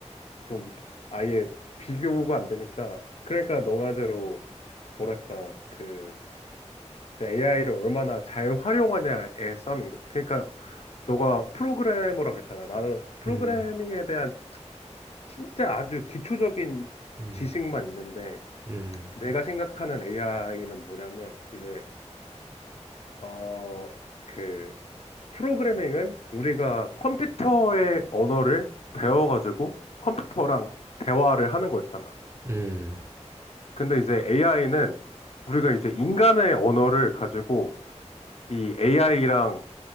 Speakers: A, on the left; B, on the right.
A: 좀 아예 비교가 안 되니까 그러니까 너 말대로 뭐랄까 그 AI를 얼마나 잘 활용하냐의 싸움인 거지. 그러니까 너가 프로그래머라고 했잖아. 나는 프로그래밍에
B: 음,
A: 대한 진짜 아주 기초적인
B: 음,
A: 지식만 있는데
B: 음,
A: 내가 생각하는 AI는 뭐냐면 이제 어 그 프로그래밍은 우리가 컴퓨터의 언어를 배워가지고 컴퓨터랑 대화를 하는 거였잖아.
B: 음,
A: 근데 이제 AI는 우리가 이제 인간의 언어를 가지고 이 AI랑